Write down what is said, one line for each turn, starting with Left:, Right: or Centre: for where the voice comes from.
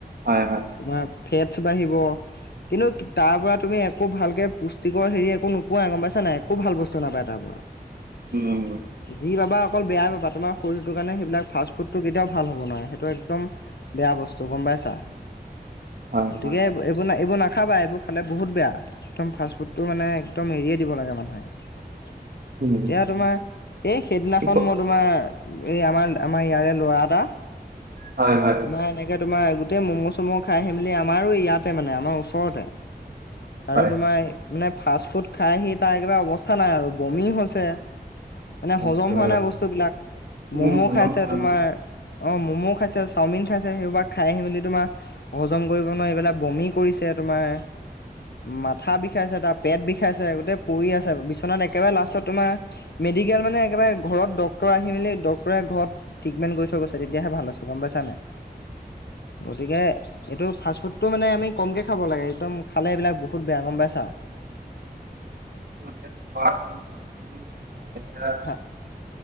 Right: হয় হয়।
Left: তোমাৰ ফেটছ বাঢ়িব। কিন্তু তাৰ পৰা তুমি একো ভালকৈ পুষ্টিকৰ হেৰি একো নোপোৱোই, গম পাইছা নাই একো ভাল বস্তু নাপায় তাৰ পৰা। অঁ।
Right: উম।
Left: যি পাবা অকল বেয়াই পাবা তোমাৰ শৰীৰ, টো কাৰণে, সেইবিলাক ফাষ্ট ফুডটো কেতিয়াও ভাল হ'ব নোৱাৰে, সেইটো একদম বেয়া বস্তু গম পাইছা।
Right: হয়,
Left: গতিকে,
Right: হয়,
Left: এইবোৰ ন এইবোৰ নাখাবা, এইবোৰ খালে বহুত বেয়া, একদম ফাষ্টফুডটো মানে একদম এৰিয়ে দিব লাগে মানুহে। এতিয়া
Right: উম,
Left: তোমাৰ এই সেইদিনাখন
Right: কি ক
Left: মই তোমাৰ, এই আমাৰ, আমাৰ ইয়াৰে ল'ৰা এটা,
Right: হয়, হয়।
Left: তোমাৰ এনেকে তোমাৰ গোটেই মম' চম' খাই আহি মেলি আমাৰো ইয়াতে মানে আমাৰ ওচৰতে, আৰু
Right: হয়।
Left: তোমাৰ মানে ফাষ্ট ফুড খাই হি তাৰ একেবাৰে অৱস্থা নাই আৰু বমি হৈছে। মানে
Right: আচ্ছা।
Left: হজম হোৱা নাই বস্তুবিলাক।
Right: কোনো
Left: ম'ম'
Right: হলত
Left: খাইছে
Right: মানুহ
Left: তোমাৰ অ ম'ম' খাইছে চাওমিন খাইছে, সেইবিলাক খাই আহি মেলি তোমাৰ, হজম কৰিব নোৱাৰি এইবিলাক বমি কৰিছে তোমাৰ। মাথা বিষাইছে তাৰ পেট বিষাইছে, গোটেই পৰি আছে বিচনাত একেবাৰে লাষ্টত তোমাৰ, মেডিকেল মানে একেবাৰে ঘৰত ডক্তৰ আহি মেলি, ডক্তৰে ঘৰত ট্ৰিটমেণ্ট কৰি থৈ গৈছে তেতিয়াহে ভাল হৈছে গম পাইছা নাই। গতিকে এইটো ফাষ্টফুডটো মানে আমি কমকে খাব লাগে একদম খালে এইবিলাক বহুত বেয়া গম পাইছা?
Right: <unintelligible> এতিয়া
Left: হা,